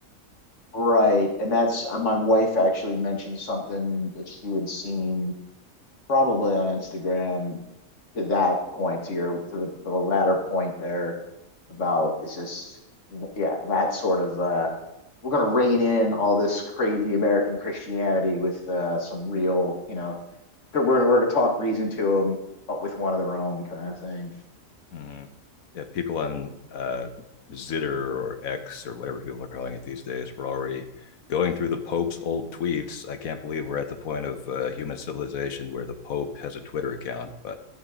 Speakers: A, on the left; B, on the left.
A: Right. And that's uh, my wife actually mentioned something that she had seen probably on Instagram to that point, to your to the to the latter point there about it's just yeah, that sort of uh we're gonna rein in all this crazy American Christianity with uh some real, you know, we're gonna we're gonna talk reason to them, but with one of their own kind of thing.
B: Mm. Yeah, people on uh, Zitter or X or whatever people are calling it these days were already going through the Pope's old tweets. I can't believe we're at the point of uh, human civilization where the Pope has a Twitter account, but